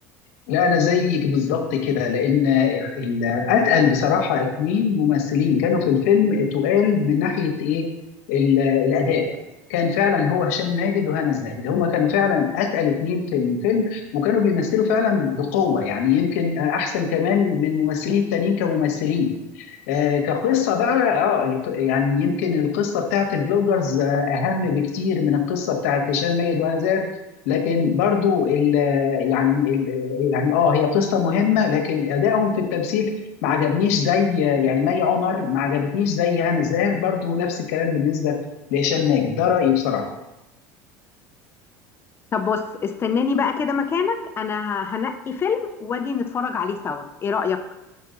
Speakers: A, on the left; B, on the left.
A: لا انا زيك بالظبط كده لان ال- اتقل بصراحه اتنين ممثلين كانوا في الفيلم تقال من ناحيه ايه ال- الاداء كان فعلا هو هشام ماجد وهنا الزاهد هما كانوا فعلا اتقل اتنين في الفيلم وكانوا بيمثلوا فعلا بقوه يعني يمكن احسن كمان من الممثلين التانيين كممثلين آه، كقصة بقى اه الق- يعني يمكن القصة بتاعت البلوجرز آه، أهم بكتير من القصة بتاعت هشام ماجد وأنا زاهر لكن برضو ال آه، يعني ال آه، يعني اه هي قصة مهمة لكن أدائهم في التمثيل ما عجبنيش زي آه، يعني مي عمر ما عجبتنيش زي هنا زاهر برضو نفس الكلام بالنسبة لهشام ماجد ده رأيي بصراحة
B: طب بص استناني بقى كده مكانك انا ه- هنقي فيلم واجي نتفرج عليه سوا ايه رأيك